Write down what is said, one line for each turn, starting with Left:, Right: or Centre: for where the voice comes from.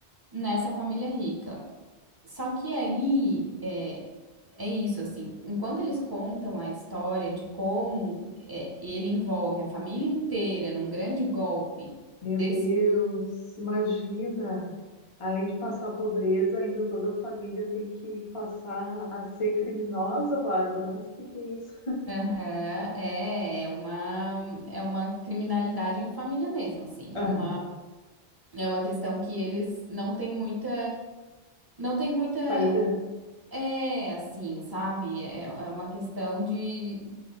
Right: nessa família rica. Só que aí é, é isso, assim, enquanto eles contam a história de como é, ele envolve a família inteira num grande golpe
Left: Meu
Right: desse.
Left: Deus, imagina! Além de passar a pobreza, ainda toda a família tem que passar a ser criminosa, Bárbara. Mas o que que é isso?
Right: Aham, é, é uma, é uma criminalidade em família mesmo, assim,
Left: <laughs> Ah,
Right: é uma, é uma questão que eles não têm muita, não tem muita,
Left: saída.
Right: é, assim, sabe, é, é uma questão de,